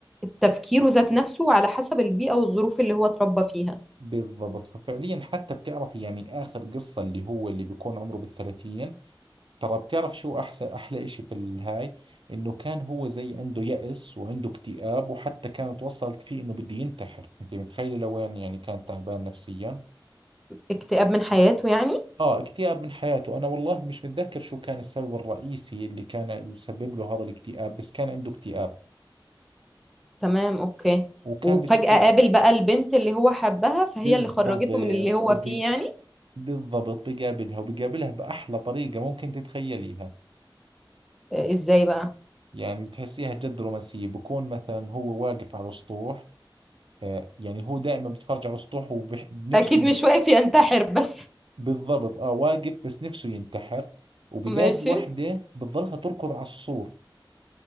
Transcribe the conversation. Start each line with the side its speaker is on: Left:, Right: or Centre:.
Centre: تفكيره ذات نفسه وعلى حسب البيئة والظروف اللي هو اتربى فيها
Right: بالضبط ففعليا حتى بتعرفي يعني آخر قصة اللي هو اللي بيكون عمره بالثلاثين ترى بتعرف شو أحسن أحلى إشي في الهاي إنه كان هو زي عنده يأس وعنده اكتئاب وحتى كانت وصلت فيه إنه بده ينتحر أنت متخيل لوين يعني كان تعبان نفسيا
Centre: اكتئاب من حياته يعني
Right: آه اكتئاب من حياته أنا والله مش متذكر شو كان السبب الرئيسي اللي كان يسبب له هذا الاكتئاب بس كان عنده اكتئاب
Centre: تمام اوكي
Right: وكان
Centre: وفجأة
Right: بيفكر
Centre: قابل بقى البنت اللي هو حبها فهي
Right: بالضبط
Centre: اللي خرجته من اللي هو
Right: وب...
Centre: فيه يعني
Right: بالضبط بيقابلها وبيقابلها بأحلى طريقة ممكن تتخيليها
Centre: آه، ازاي بقى
Right: يعني بتحسيها جد رومانسية بكون مثلا هو واقف على سطوح آه، يعني هو دائما بتفرج على السطوح وبنفسه
Centre: اكيد مش واقف ينتحر بس
Right: بالضبط اه واقف بس نفسه ينتحر وبيلاقي
Centre: <laughs> ماشي
Right: وحده بتظلها تركض على السور